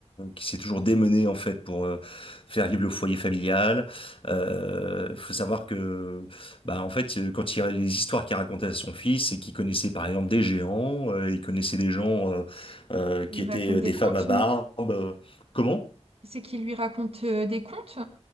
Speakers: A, on the left; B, on the right.
A: qui s'est toujours démené en fait pour euh, faire vivre le foyer familial. Euh, faut savoir que bah en fait euh, quand il les histoires qu'il racontait à son fils, c'est qu'il connaissait par exemple des géants, euh, il connaissait des gens euh, euh, qui
B: Il lui
A: étaient
B: raconte
A: euh,
B: des
A: des
B: contes,
A: femmes à barbe.
B: non?
A: Euh, Comment?
B: C'est qu'il lui raconte euh, des contes